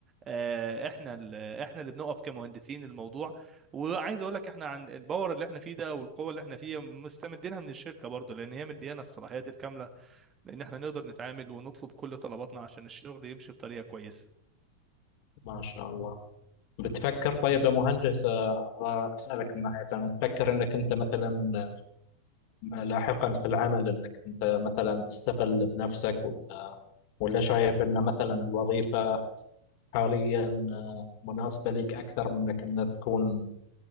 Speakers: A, on the right; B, on the left.
A: آه، احنا ال- احنا اللي بنقف كمهندسين الموضوع وعايز اقول لك احنا عن الباور اللي احنا فيه ده او القوه اللي احنا فيها مستمدينها من الشركه برضو لان هي مديانا الصلاحيات الكامله لان احنا نقدر نتعامل ونطلب كل طلباتنا عشان الشغل يمشي بطريقه كويسه
B: ما شاء الله بتفكر طيب يا مهندس آه، ابغى اسالك من ناحيه انا تفكر انك انت مثلا لاحقا في العمل انك انت مثلا تستقل بنفسك ولا ولا شايف ان مثلا الوظيفة حاليا آه، مناسبة لك اكثر من انك انك تكون